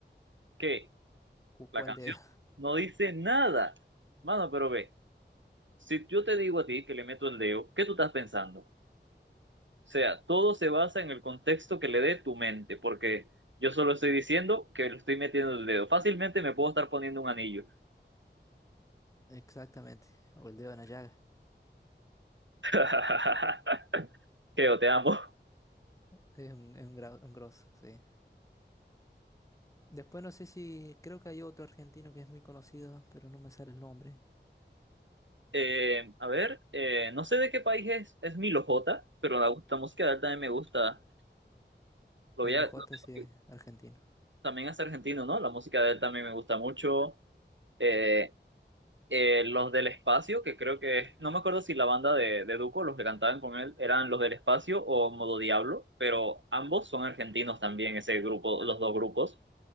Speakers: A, on the right; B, on the left.
A: ¿Qué?
B: ¿Cu-
A: La
B: ¿Cuál
A: canción
B: dedo?
A: no dice nada. Mano, pero ve, si yo te digo a ti que le meto el dedo, ¿qué tú estás pensando? O sea, todo se basa en el contexto que le dé tu mente, porque yo solo estoy diciendo que le estoy metiendo el dedo. Fácilmente me puedo estar poniendo un anillo.
B: <laughs> Exactamente. O el dedo en la llaga.
A: <laughs> Keo, te amo.
B: Es un, es un, gra- un grosso, sí. Después no sé si, creo que hay otro argentino que es muy conocido, pero no me sale el nombre.
A: Eh, a ver, eh, no sé de qué país es, es Milo J, pero la, la música de él también me gusta. Lo
B: Milo
A: voy a, lo
B: J
A: tengo
B: sí
A: que-
B: es argentino.
A: también es argentino, ¿no? La música de él también me gusta mucho. Eh, eh, los del espacio, que creo que, no me acuerdo si la banda de, de Duco, los que cantaban con él, eran los del espacio o Modo Diablo, pero ambos son argentinos también, ese grupo, los dos grupos,